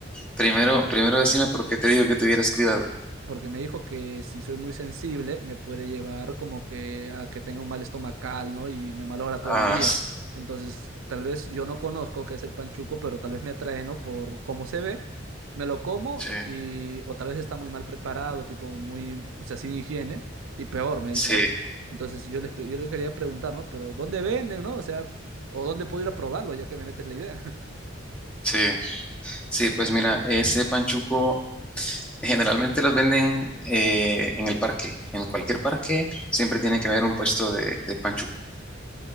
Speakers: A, in the centre; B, on the right.
A: primero, primero decime por qué te dijo que tuvieras cuidado.
B: Porque me dijo que si soy muy sensible, me puede llevar como que a que tenga un mal estomacal, ¿no? Y me malogra todo
A: Ah,
B: el día.
A: bueno.
B: Entonces, tal vez yo no conozco qué es el panchuco, pero tal vez me atrae, ¿no? Por cómo se ve, me lo como
A: sí,
B: y... O tal vez está muy mal preparado, tipo muy... O sea, sin higiene. Y peor, me
A: sí,
B: dicen. Entonces, yo les, yo le quería preguntar, ¿no? Pero, ¿dónde venden, no? O sea, ¿o dónde puedo ir a probarlo, ya que me metes la idea?
A: sí. Sí, pues mira, ese panchuco generalmente los venden eh, en el parque. En cualquier parque siempre tiene que haber un puesto de, de panchuco.